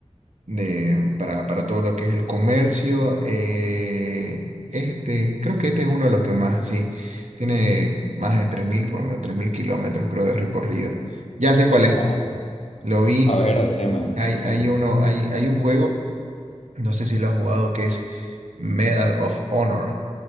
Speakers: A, on the right; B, on the left.
A: de, para, para todo lo que es el comercio. eh, este, creo que este es uno de los que más, sí, tiene más de tres mil por lo menos 3.000 kilómetros, creo, de recorrido. Ya sé cuál es,
B: Wow.
A: lo vi,
B: A ver, decime,
A: hay,
B: decime.
A: hay uno, hay, hay un juego, no sé si lo has jugado, que es Medal of Honor.